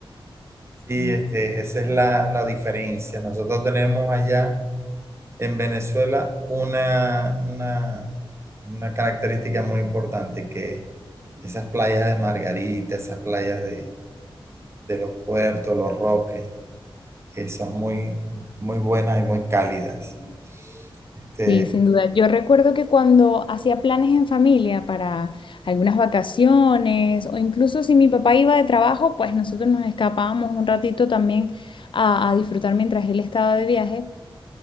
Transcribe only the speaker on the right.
sí, este, esa es la, la diferencia. Nosotros tenemos allá en Venezuela una, una, una característica muy importante que esas playas de Margarita, esas playas de, de los puertos, los roques, que son muy, muy buenas y muy cálidas. Este,